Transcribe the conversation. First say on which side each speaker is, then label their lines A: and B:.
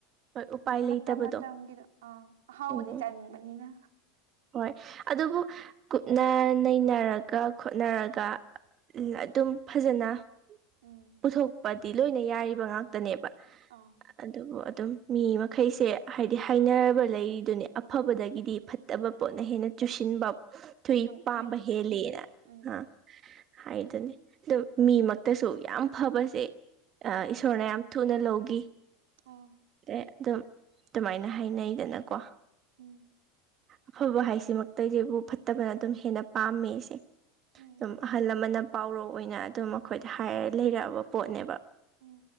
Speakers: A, on the right (about 35°); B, on the right (about 85°).
A: ꯍꯣꯏ ꯎꯄꯥꯏ ꯂꯩꯇꯕꯗꯣ
B: ꯃꯇꯝ ꯃꯇꯝꯒꯤꯗꯣ ꯑꯥ ꯑꯍꯥꯎꯕꯗꯤ
A: ꯎꯝ
B: ꯆꯥꯅꯤꯡꯕꯅꯤꯅ꯫
A: ꯍꯣꯏ ꯑꯗꯨꯕꯨ ꯀꯨꯞꯅ ꯅꯩꯅꯔꯒ ꯈꯣꯠꯅꯔꯒ ꯑꯗꯨꯝ ꯐꯖꯅ
B: ꯎꯝ꯫
A: ꯄꯨꯊꯣꯛꯄꯗꯤ ꯂꯣꯏꯅ ꯌꯥꯔꯤꯕ ꯉꯥꯛꯇꯅꯦꯕ꯫
B: ꯑꯥ꯫
A: ꯑꯗꯨꯕꯨ ꯑꯗꯨꯝ ꯃꯤ ꯃꯈꯩꯁꯦ ꯍꯥꯏꯗꯤ ꯍꯥꯏꯅꯕ ꯂꯩꯔꯤꯗꯨꯅꯦ ꯑꯐꯕꯗꯒꯤꯗꯤ ꯐꯠ ꯇꯕ ꯄꯣꯠꯅ ꯍꯦꯟꯅ ꯆꯨꯁꯤꯟꯕ ꯊꯨꯏ
B: ꯍꯣꯏ
A: ꯄꯥꯝꯕ
B: ꯊꯨꯏꯌꯦꯅ
A: ꯍꯦꯜꯂꯦꯅ
B: ꯎꯝ
A: ꯑꯥ꯫ ꯍꯥꯏꯗꯨꯅꯦ ꯑꯗꯨ ꯃꯤꯃꯛꯇꯁꯨ ꯌꯥꯝ ꯐꯕꯁꯦ ꯏꯁꯣꯔꯅ ꯌꯥꯝ ꯊꯨꯅ ꯂꯧꯒꯤ꯫
B: ꯎꯝ꯫
A: ꯑꯦ ꯑꯗꯨꯝ ꯑꯗꯨꯃꯥꯏꯅ ꯍꯥꯏꯅꯩꯗꯅꯀꯣ꯫
B: ꯎꯝ꯫
A: ꯑꯐꯕ ꯍꯥꯏꯁꯤꯃꯛꯇꯁꯤꯕꯨ ꯐꯠꯇꯕꯅ ꯑꯗꯨꯝ ꯍꯦꯟꯅ ꯄꯥꯝꯃꯦꯁꯦ꯫
B: ꯎꯝ
A: ꯑꯗꯨꯝ ꯑꯍꯜ ꯂꯃꯟꯅ ꯄꯥꯎꯔꯧ ꯑꯣꯏꯅ ꯑꯗꯨꯝ ꯑꯩꯈꯣꯏꯗ ꯍꯥꯏꯔ ꯂꯩꯔꯛꯑꯕ ꯄꯣꯠꯅꯦꯕ꯫
B: ꯎꯝ